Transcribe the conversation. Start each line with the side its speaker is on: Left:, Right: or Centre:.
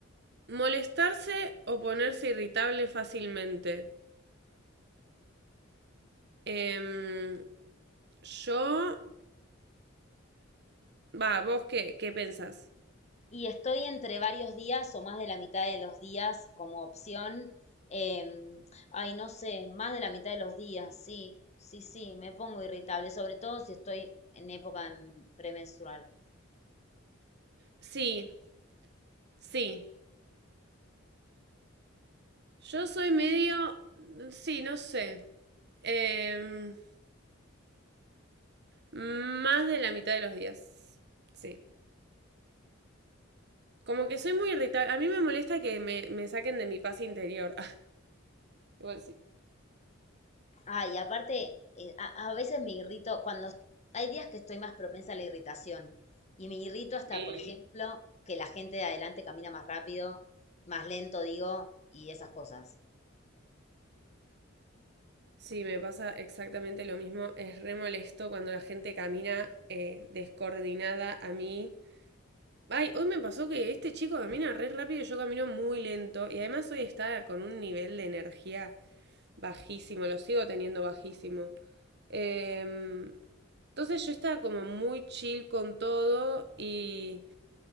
Right: molestarse o ponerse irritable fácilmente. Em, yo Va, vos qué, qué pensás?
Left: Y estoy entre varios días o más de la mitad de los días como opción. em, ay, no sé, más de la mitad de los días, sí, sí, sí, me pongo irritable, sobre todo si estoy en época em, premenstrual.
Right: Sí, sí. Yo soy medio... Sí, no sé. Em, más de la mitad de los días. Sí. Como que soy muy irritable. A mí me molesta que me, me saquen de mi paz interior. <laughs> Ah, Igual sí.
Left: Ay, aparte, eh, a, a veces me irrito cuando est- hay días que estoy más propensa a la irritación y me irrito hasta,
Right: Sí.
Left: por Sí. ejemplo, que la gente de adelante camina más rápido, más lento, digo, y esas cosas.
Right: Sí, me pasa exactamente lo mismo. Es re molesto cuando la gente camina eh, descoordinada a mí. Ay, hoy me pasó que este chico camina re rápido y yo camino muy lento. Y además hoy está con un nivel de energía Bajísimo, lo sigo teniendo bajísimo. Em, entonces yo estaba como muy chill con todo y